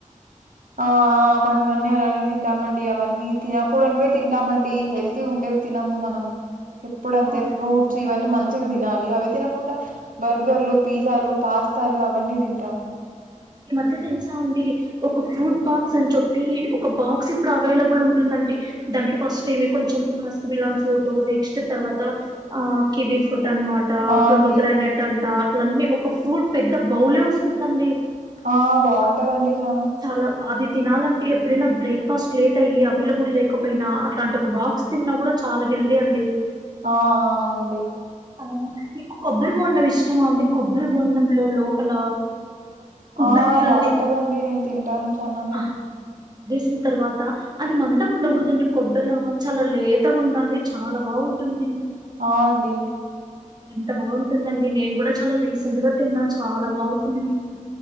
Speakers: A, on the right; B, on the right.
A: ఆ మనమన్నీ అలానే తింటామండి అవన్నీ తినకూడనివే తతింటామండి హెల్తీ ఉండేవి తినము మనం ఎప్పుడుంతే
B: ఆ,
A: ఫ్రూట్స్ ఇవన్నీ మంచి తినాలి అవి తినకుండా బర్గర్లు పిజ్జాలు పాస్తాలు అవన్నీ తింటాము
B: ఈ మధ్య తెలుసామండి ఒక ఫ్రూట్ బాక్స్ అని చెప్పి ఒక బాక్స్ ఇప్పుడు అవైలబుల్ ఉంటుందండి దాంట్లో ఫస్ట్ ఏమి కొంచెం మస్క్ మిలాన్ ఫ్రూట్ నెక్స్ట్ తర్వాత ఆ కివి ఫ్రూట్ అనమాట
A: ఆ!
B: ప్రొమోగ్రానేట్
A: అండి.
B: అంట అట్లన్నీ ఒక ఫ్రూట్ పెద్ద బౌలే వస్తుందండి
A: ఆ బాగుంటదండి చానా
B: చాలా అది తినాలంటే ఎప్పుడైనా బ్రేక్ఫాస్ట్ లేట్ అయ్యి అవైలబుల్ లేకపోయినా అట్లాంటి ఒక బాక్స్ తిన్నా కూడా చాలా హెల్దీ అండి
A: ఆ అండి
B: ఆ మీకు కొబ్బరి బొండం ఇష్టమా అండి కొబ్బరి బొండంలో లోపల కొబ్బరి
A: ఆ
B: నీళ్ళని
A: బాగుంటదండి నేను తింటాను చానానే
B: ఆ తాగేసిన తర్వాత అది మందం ఉండకూడదండి కొబ్బరి చాలా లేతగా ఉండాలి చాలా బాగు ఉంటుంది
A: ఆ అండి
B: ఎంత బాగుంటుందండి నేను కూడా చాలా రీసెంట్ గా తిన్నా చాలా బాగుంటుంది